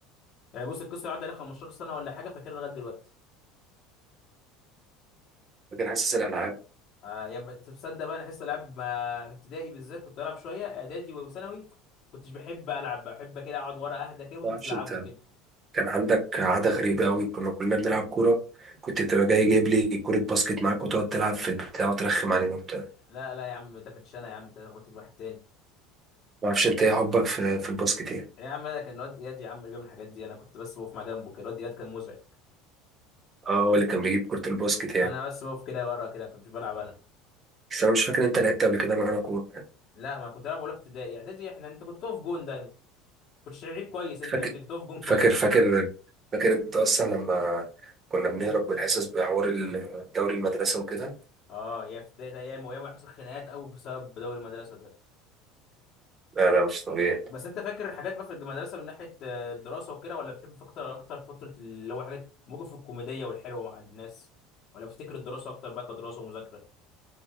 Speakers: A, on the left; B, on the right.
A: يعني بص القصه عدى عليها 15 سنه ولا حاجه فاكرها لغايه دلوقتي
B: فاكر حاسس الألعاب
A: آه يا ب- تصدق بقى انا حصه العاب ما- في ابتدائي بالذات كنت بلعب شويه اعدادي وثانوي كنتش بحب العب بحب كده اقعد ورا اهدى كده وانتوا
B: ما أعرفش
A: بتلعبوا
B: أنت
A: كده
B: كان عندك عادة غريبة أوي كنا كلنا بنلعب كورة كنت بتبقى جاي جايب لي كورة باسكت معاك وتقعد تلعب في البتاع وترخم علينا وبتاع
A: لا لا يا عم ده كنتش انا يا عم انت لخبطت الواحد تاني
B: ما أعرفش أنت إيه حبك في, في الباسكت يعني
A: يا عم انا كان الواد اياد يا عم اللي بيعمل الحاجات دي انا كنت بس بقف مع جنبه كده الواد اياد كان مزعج
B: أه هو اللي كان بيجيب كورة الباسكت يعني
A: انا بس بقف كده ورا كده كنتش بلعب انا
B: بس أنا مش فاكر أنت لعبت قبل كده معانا كورة
A: لا ما كنت العب ولا في ابتدائي اعدادي احنا انت كنت تقف جون دايما كنتش لعيب كويس انت
B: فاكر
A: يا زميلي كنت تقف جون
B: فاكر
A: كويس
B: فاكر فاكر أنت أصلا لما كنا بنهرب من الحصص بحوار الدوري المدرسة وكده
A: اه يا في ابتدائي ده ايام وايام حصل خناقات قوي بسبب دوري المدرسه ده
B: لا لا مش طبيعي
A: بس انت فاكر الحاجات بقى في المدرسه من ناحيه آه، الدراسه وكده ولا بتحب اكتر اكتر فتره اللي هو حاجات ممكن في الكوميديه والحلوه مع الناس ولا بتفتكر الدراسه اكتر بقى كدراسه ومذاكره